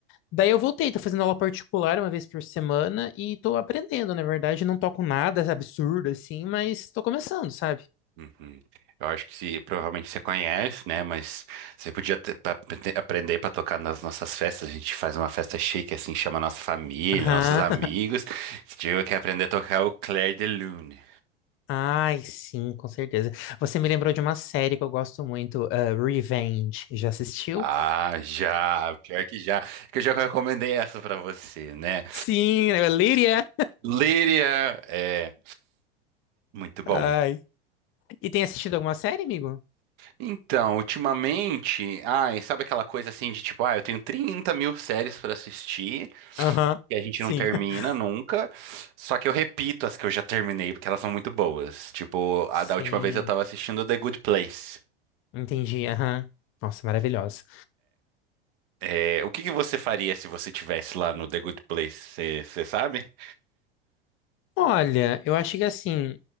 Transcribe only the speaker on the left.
Daí eu voltei, tô fazendo aula particular uma vez por semana e tô aprendendo, na verdade, não toco nada absurdo assim, mas tô começando, sabe?
Aham.
Ai, sim, com certeza. Você me lembrou de uma série que eu gosto muito, eh, Revenge. Já assistiu?
Sim, é Lyria.
Ai. E tem assistido alguma série, amigo?
Aham,
sim.
<laughs>
Sim,
entendi. Aham. Nossa, maravilhosa.
Olha, eu acho que assim,